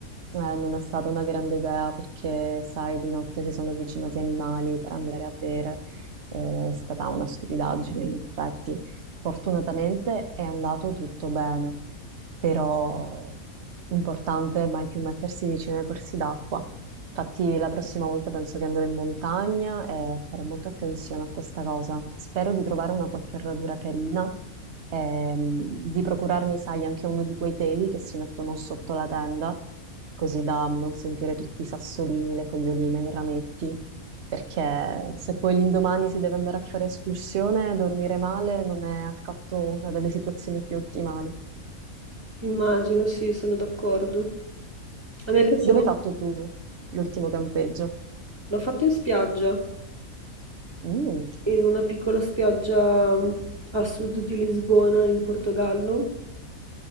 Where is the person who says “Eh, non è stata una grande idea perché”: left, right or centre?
Right